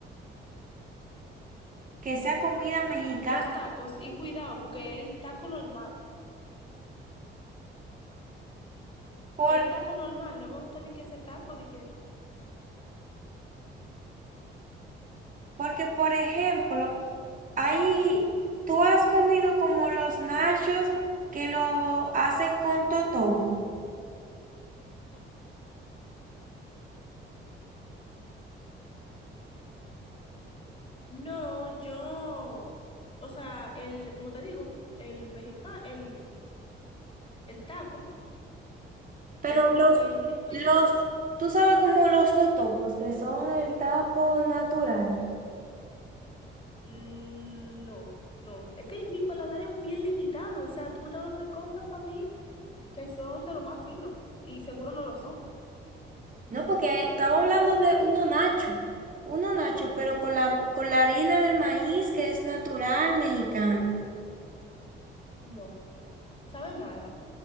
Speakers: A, on the right; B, on the left.
A: Que sea comida mexicana.
B: Los tacos, y cuidado, porque el taco normal,
A: Por,
B: el taco normal, no me gusta de que ese taco, de que,
A: porque, por ejemplo, ahí tú has comido como los nachos que lo hacen con totopo,
B: no, yo, o sea, el, como te digo, el mexicano, el, el taco,
A: pero
B: es como
A: los,
B: que el único que
A: los,
B: yo, pro-
A: tú sabes como los totopos, que son el taco natural.
B: Mm, no, no, es que mi paladar es bien limitado, o sea, tú me estás hablando de cosas para mí que son de lo más fino, y seguro no lo son,
A: No, porque estaba hablando de uno nacho, uno nacho, pero con la, con la harina de maíz que es natural mexicana.
B: no, sabe mala.